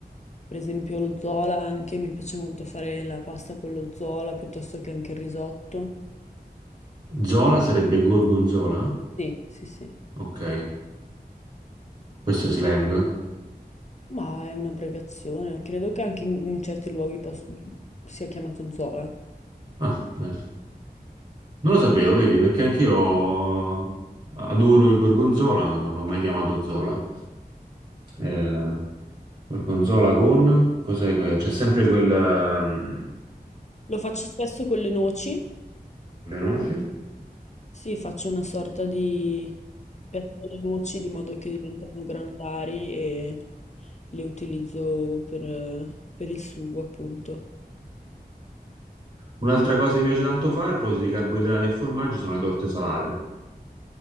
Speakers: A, on the left; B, on the right.
A: per esempio lo zola anche, mi piace molto fare la pasta con lo zola piuttosto che anche il risotto.
B: Zola sarebbe gorgonzola?
A: Sì, sì, sì,
B: Ok, questo è slang.
A: ma è un'abbreviazione, credo che anche in, in certi luoghi pos- sia chiamato zola.
B: Ah, bene. Non lo sapevo, vedi, perché anch'io adoro il gorgonzola, ma non l'ho mai chiamato Zola. Eh, gorgonzola con... Cos'è? que- C'è sempre quel... ehm,
A: Lo faccio spesso con le noci,
B: le noci.
A: sì, faccio una sorta di pesto alle noci di modo che diventano granulari e le utilizzo per per il sugo, appunto.
B: Un'altra cosa che mi piace tanto fare, a proposito di carboidrati e formaggi, sono le torte salate.